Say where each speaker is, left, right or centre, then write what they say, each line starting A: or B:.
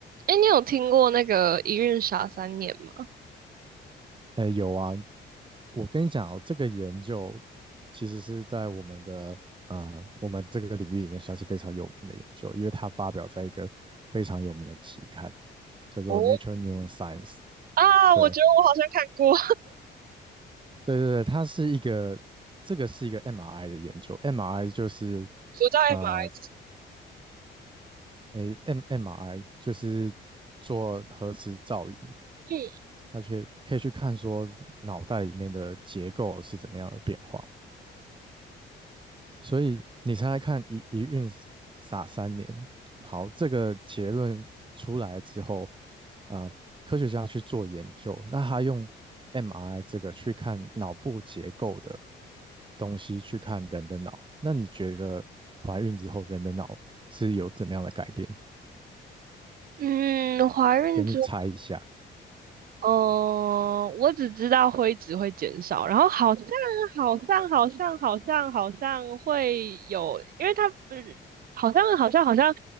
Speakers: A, on the right; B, on the right.
A: 哎，你有听过那个《一孕傻三年》吗？
B: 哎，有啊，我跟你讲哦，这个研究其实是在我们的呃，我们这个领域里面算是非常有名的研究，因为它发表在一个非常有名的期刊，叫做《Nature
A: 哦
B: Neuroscience》。
A: 啊，
B: 对，
A: 我觉得我好像看过，
B: 对对对，它是一个，这个是一个 MRI 的研究，MRI 就是呃，
A: 我在马来西
B: 诶，M MRI 就是做核磁造影，
A: 亚。
B: 它去可以去看说脑袋里面的结构是怎么样的变化。所以你猜猜看一，一孕傻三年，好，这个结论出来之后，啊，科学家去做研究，那他用 MRI 这个去看脑部结构的东西，去看人的脑。那你觉得怀孕之后人的脑是有怎么样的改变？
A: 嗯嗯嗯，怀孕之后，
B: 给你猜一下。
A: 呃，我只知道灰值会减少，然后好像好像好像好像好像会有，因为他嗯，好像好像好像